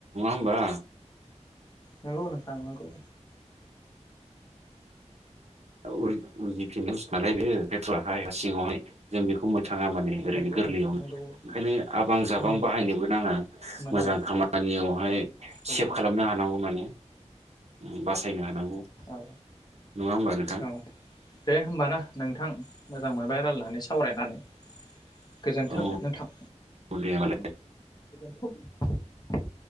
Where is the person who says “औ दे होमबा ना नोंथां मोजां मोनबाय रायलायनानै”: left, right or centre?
Left